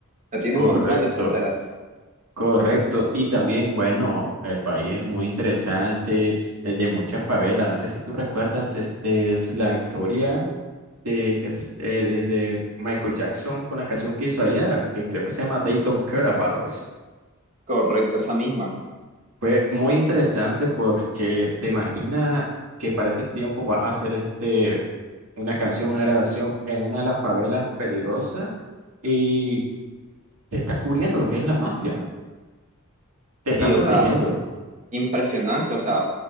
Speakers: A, on the right; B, on the right.
A: O sea, tiene
B: correcto.
A: un montón de fronteras.
B: Correcto. Y también, bueno, el país es muy interesante, es de muchas favelas. No sé si tú recuerdas este, es la historia de, que, es- eh, de, de Michael Jackson con la canción que hizo allá, que creo que se llama They Don't Care About Us.
A: Correcto, esa misma.
B: Fue muy interesante porque te imaginas que para ese tiempo va a hacer este, una canción, una grabación en una de las favelas peligrosas y te está cubriendo lo que es la mafia, te
A: Sí,
B: está protegiendo.
A: o sea, impresionante. O sea,